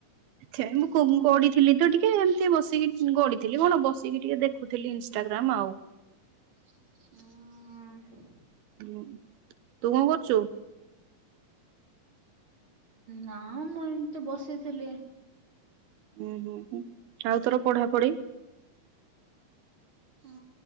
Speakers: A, on the right; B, on the right.
A: ଆଛା ମୁଁ
B: ହଁ
A: କଉ ଗଢଥିଲି ତ ଟିକେ। ଟିକେ ବସିକି ଗଢଥିଲି କଣ ବସିକି ଟିକେ ଦେଖୁଥିଲି ଇନଷ୍ଟାଗ୍ରାମ ଆଉ।
B: ହୁଁ।
A: ହୁଁ। ତୁ କଣ କରୁଚୁ?
B: ନା ମୁଁ ଏମିତି ବସିଥିଲି।
A: ଉୁଁ ହୁଁ ହୁଁ ଆଉ ତୋର ପଢାପଢି?
B: ହଁ